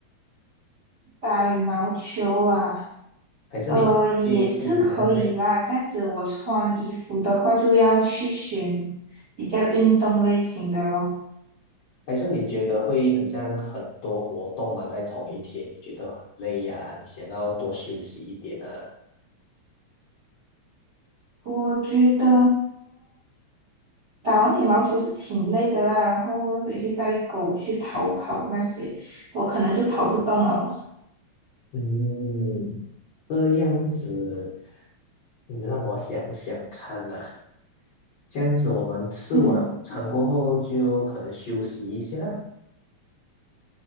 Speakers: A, on the right; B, on the left.
A: 打羽毛球啊，
B: 还是你会会有这样太
A: 呃，也是可以啦。这样子，我穿衣服的话就要去选比较运动类型的咯。
B: 还是你觉得会很像很多活动嘛，在同一天，你觉得很累呀、你想要多休息一点啊？
A: 我觉得打完羽毛球是挺累的啦，然后我回去带狗去跑跑那些，我可能就跑不动了。
B: 嗯，这样子，你让我想想看呐、这样子，我们吃完午餐过后就可能休息一下，
A: 嗯，